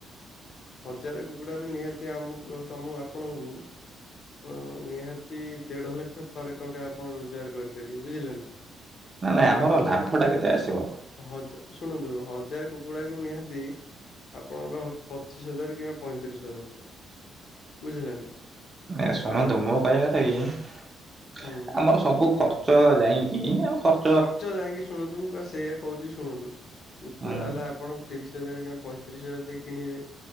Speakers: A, on the left; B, on the right.
A: ହଜାରେ କୁକୁଡ଼ାରେ ନିହାତି ଆମକୁ ତମକୁ ଆପଣଙ୍କୁ ଉମ ନିହାତି ଦେଢ ଲକ୍ଷ ପରେ ଟଙ୍କା ଆପଣ ରୋଜଗାର କରିପାରିବେ। ବୁଝିଲେ ନା?
B: ନାଇଁ ନାଇଁ
A: କାହିଁକି
B: ଆମର
A: ନା ହଜାରେ
B: ଲାଭ ଟା କେତେ ଆସିବ?
A: ହଜା ଶୁଣନ୍ତୁ ହଜାରେ କୁକୁଡାକୁ ନିହାତି ଆପଣଙ୍କର ପ ଚିଶ ହଜାର କିମ୍ବା ପଇଁତିରିଶ ହଜାର ଟଙ୍କା ବୁଝିଲେ ନା?
B: ନାଇଁ ଶୁଣନ୍ତୁ
A: ଆମର
B: ମୁ କହିବା କଥାକି
A: ହୁଁ
B: ଆମର ସବୁ ଖର୍ଚ୍ଚ ଯାଇଁକି ଆମ ଖର
A: ଖର୍ଚ୍ଚ ଯାଇକି ଶୁଣନ୍ତୁ ମୁଁ ପା ସେଇଆ କହୁଛି ଶୁଣନ୍ତୁ କୁକୁଡା
B: ହୁଁ
A: ହେଲା ଆପଣ ତିରିଶ ହଜାର କିମ୍ବା ପଇଁତିରିଶ ହଜାର ଦେଇ କିଣିବେ